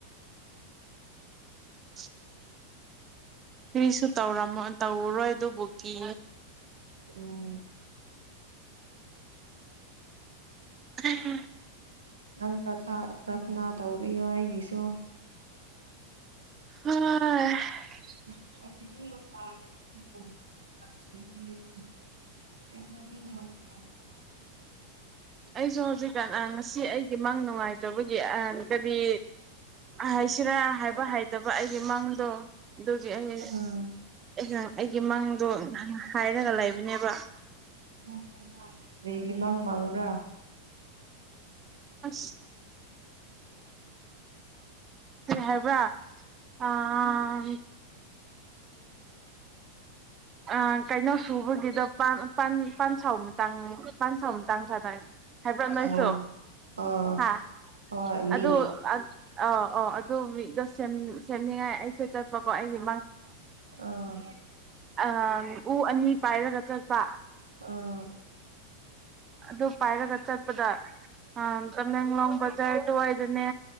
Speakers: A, on the right (about 25°); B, on the right (about 75°).
A: <unintelligible> ꯀꯔꯤꯁꯨ ꯇꯧꯔꯝꯃ ꯇꯧꯔꯔꯣꯏ ꯑꯗꯨꯕꯨꯒꯤ
B: ꯎꯝ
A: ꯎꯝ
B: ꯅꯪ ꯄ꯭ꯔꯊ ꯄ꯭ꯔꯊꯅꯥ ꯇꯧꯕꯤꯌꯣ ꯑꯩꯒꯤꯁꯨ
A: ꯍꯥ
B: <unintelligible> <unintelligible> <unintelligible>
A: ꯑꯩꯁꯨ ꯍꯧꯖꯤꯛꯀꯥꯟ ꯑ ꯉꯁꯤ ꯑꯩꯒꯤ ꯃꯪ ꯅꯨꯡꯉꯥꯏꯇꯕꯒꯤ ꯑ ꯀ꯭ꯔꯤ ꯍꯥꯏꯁꯤꯔꯥ ꯍꯥꯏꯕ ꯍꯩꯇꯕ ꯑꯩꯒꯤ ꯃꯪꯗꯣ ꯑꯗꯨꯒꯤ ꯑꯩ
B: ꯎꯝ
A: ꯑꯩꯅꯥ ꯑꯩꯒꯤ ꯃꯪꯗꯣ ꯍꯥꯏꯔꯒ ꯂꯩꯕꯅꯦꯕ
B: <unintelligible> ꯔꯦꯒꯤ ꯂꯥꯡ ꯃꯥꯡꯕ꯭ꯔꯥ
A: ꯑꯁ ꯀ꯭ꯔꯤ ꯍꯥꯏꯕ꯭ꯔꯥ ꯑꯥ ꯑ ꯀꯩꯅꯣ ꯁꯨꯕꯒꯤꯗ ꯄꯥꯟ ꯄꯥꯟ ꯄꯥꯟ ꯁꯥꯎ ꯇꯥꯡ ꯄꯥꯟ ꯁꯥꯎꯇꯥꯡ ꯁ꯭ꯋꯥꯏꯗ ꯍꯥꯏꯕ꯭ꯔꯥ ꯅꯣꯏꯁꯨ
B: ꯑꯣ ꯑꯥ
A: ꯍꯥ
B: ꯍꯣꯏ ꯃꯤ
A: ꯑꯗꯨ ꯑ ꯑ ꯑ ꯑꯗꯨ ꯃꯤꯗꯣ ꯁꯦꯝꯅꯤꯡ ꯁꯦꯝꯅꯤꯡꯉꯥꯏ ꯑꯩꯁꯨ ꯆꯠꯄꯀꯣ ꯑꯩꯒꯤ
B: ꯑꯥ
A: ꯑ ꯎ ꯑꯅꯤ ꯄꯥꯏꯔꯒ ꯆꯠꯄ
B: ꯑꯥ
A: ꯑꯗꯨ ꯄꯥꯏꯔꯒ ꯆꯠꯄꯗ ꯑ ꯇꯃꯦꯡꯂꯣꯡ ꯕꯖꯥꯔ ꯑꯗꯨꯋꯥꯏꯗꯅꯦ